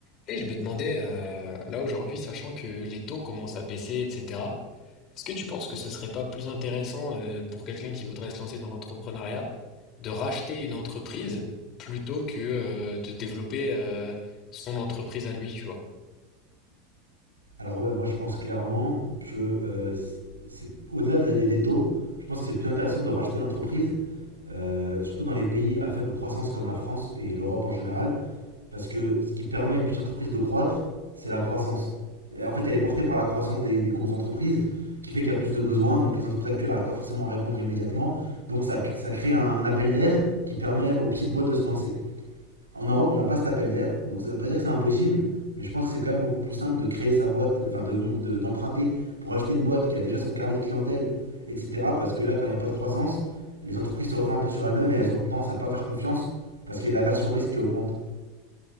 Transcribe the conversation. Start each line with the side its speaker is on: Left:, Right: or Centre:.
Left: Et je me demandais, euh, là aujourd'hui, sachant que les taux commencent à baisser, etc., est-ce que tu penses que ce serait pas plus intéressant euh, pour quelqu'un qui voudrait se lancer dans l'entrepreneuriat de racheter une entreprise plutôt que euh, de développer euh, son entreprise à lui, tu vois?
Right: Alors ouais, moi je pense clairement que euh, c'est c'est- au-delà de- des, des taux, je pense que c'est plus intéressant de racheter l'entreprise, euh, surtout dans les pays à faible croissance comme la France et l'Europe en général, parce que ce qui permet à une petite entreprise de croître, c'est la croissance. Et en fait, elle est portée par la croissance des, des grosses entreprises, qui fait qu'il y a plus de besoins, donc les entreprises actuelles n'arrivent pas forcément à répondre immédiatement, donc ça, ça crée un, un appel d'air qui permet aux petites boîtes de se lancer. En Europe, on n'a pas cet appel d'air, donc ça ne veut pas dire que c'est impossible, mais je pense que c'est quand même beaucoup plus simple de créer sa boîte, enfin de- d'emprunter pour acheter une boîte qui a déjà son carnet de clientèle, etc. Parce que là, quand il n'y a pas de croissance, les entreprises se referment un peu sur elles-mêmes et elles ont tendance à ne pas faire confiance parce qu'il y a de la version risque qui augmente.